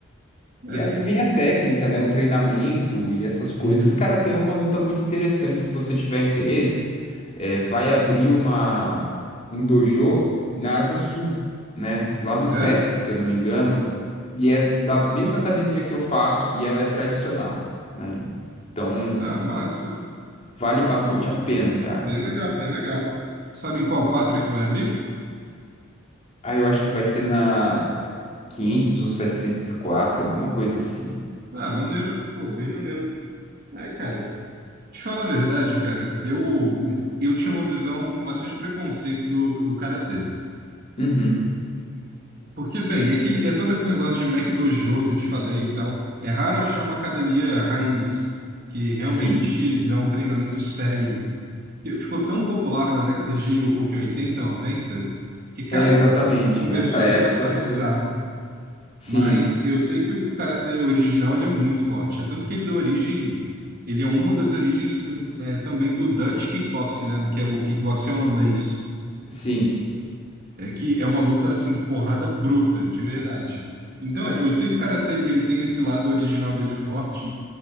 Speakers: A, on the left; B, on the right.
A: E
B: É.
A: aí vem a técnica, né? O treinamento e essas coisas.
B: Uhum.
A: Cara, até é uma luta muito interessante se você tiver interesse. É, vai abrir uma um dojo na Asa Sul, né? Lá no Sesc,
B: É?
A: se eu não me engano. E é da mesma academia que eu faço e ela é tradicional, né? Então
B: Ah, massa.
A: vale bastante
B: Pô,
A: a pena, cara.
B: bem legal,
A: E...
B: bem legal. Sabe em qual quadra que vai abrir?
A: Ah, eu acho que vai ser na 500 ou 704, alguma coisa assim.
B: Ah, maneiro. Pô, bem maneiro. É, cara. Te falar a verdade, cara, eu, eu tinha uma visão com bastante preconceito do, do, do karatê.
A: Uhum.
B: Porque, bem, é, aquele- é todo aquele negócio de Mac Dojo que eu te falei e tal. É raro achar uma academia raiz que realmente
A: Sim.
B: dá um treinamento sério. Que Ficou tão popular na década de o o que, 80 90 que, cara,
A: É, exatamente.
B: começou
A: Nessa
B: a
A: época
B: se bastardizar.
A: foi. Sim,
B: Mas eu sei que o, que o karatê original ele é muito forte. Tanto que ele dá origem. Ele é uma das origens eh, também do Dutch kickboxing, né? Que é o kickboxing holandês.
A: sim.
B: É que é uma luta assim, porrada bruta, de verdade. Então, é, eu sei que o karatê ele tem esse lado original dele forte,